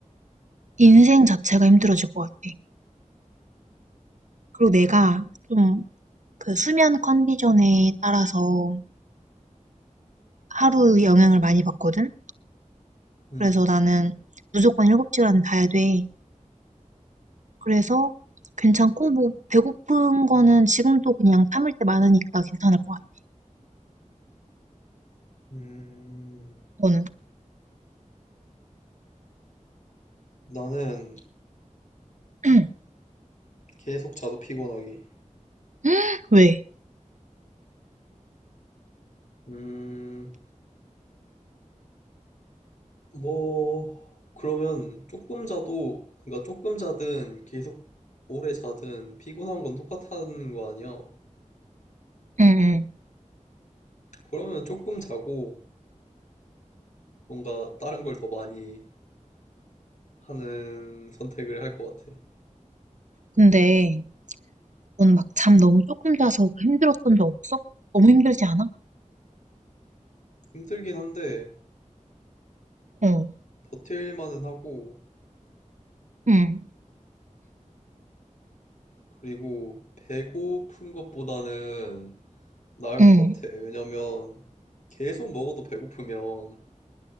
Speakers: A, on the right; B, on the left.
A: 인생 자체가 힘들어질 것 같아. 그리고 내가 좀 그 수면 컨디션에 따라서 하루 영향을 많이 받거든?
B: 음,
A: 그래서 나는 무조건 일곱 시간 자야 돼. 그래서 괜찮고, 뭐, 배고픈 거는 지금도 그냥 참을 때 많으니까 괜찮을 것 같아.
B: 음,
A: 너는?
B: 나는
A: <clears throat>
B: 계속 자도 피곤하기.
A: <gasps> 왜?
B: 음, 뭐, 그러면 조금 자도, 그러니까 조금 자든 계속 오래 자든 피곤한 건 똑같다는 거 아니야?
A: 응, 응.
B: 그러면 조금 자고 뭔가 다른 걸 더 많이 하는 선택을 할 것 같아.
A: 근데 넌 막 잠 너무 조금 자서 힘들었던 적 없어? 너무 힘들지 않아?
B: 힘들긴 한데
A: 어,
B: 버틸만은 하고
A: 응,
B: 그리고 배고픈 것보다는 나을
A: 응,
B: 것 같아. 왜냐면 계속 먹어도 배고프면